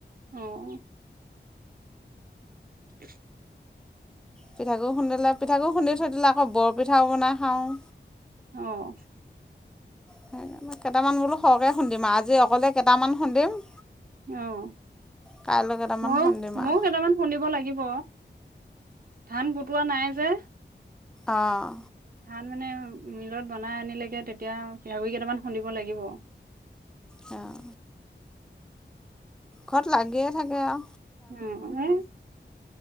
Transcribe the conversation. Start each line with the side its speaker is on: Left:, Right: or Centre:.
Right: অঁ। <unintelligible>
Centre: পিঠাকু খুন্দিলে পিঠাু খুন্দি থৈ দিলে আকৌ বৰ পিঠাও বনাই খাওঁ।
Right: অঁ।
Centre: সেইকাৰে কেইটামান বোলো সৰহকে খুন্দম আৰু আজি অকলে কেইটামান খুন্দিম।
Right: অঁ
Centre: কাইলৈ কেইটামান
Right: মইয়ো
Centre: খুন্দিম
Right: মইয়ো
Centre: আৰু
Right: কেইটামান খুন্দিব লাগিব। ধান বটোৱা নাই যে,
Centre: আহ
Right: ধান মানে মিলত বনাই আনিলেগৈ তেতিয়া পঠাগুৰি কেইটামান খুন্দিব লাগিব
Centre: আহ ঘৰত লাগিয়ে থাকে আ
Right: উম